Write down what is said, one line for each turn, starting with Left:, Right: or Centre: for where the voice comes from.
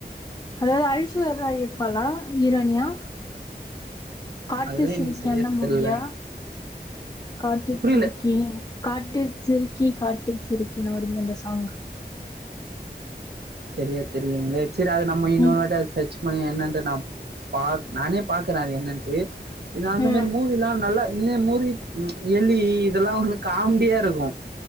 Left: அதாவது ஐஸ்வரராய் எப் ப்பலா கீரோனியா காட்டு
Right: அதுதா
Left: சிரிக்கி
Right: எனக்கு சரியா
Left: அந்த மூவியா
Right: தெர்ல
Left: காட்டு
Right: புரியல
Left: சிரிக்கி காட்டு சிரிக் க்கி காட்டு சிரிக்கினுவருமே அந்த சாங்
Right: சரியா தெரியலங்களே சரி அது நம்ம இன்னோனுவாட்டி
Left: ம்
Right: அது சச் ணி என்னன்ட்டு நா பா நானே பாக்குறே அது என்னன்ட்டு இது அந்த
Left: ம்
Right: மாரி மூவில்லா நல்லா இன்னொரு மூவி எலி இதெல்லா வந்து காமெடியா இருக்கு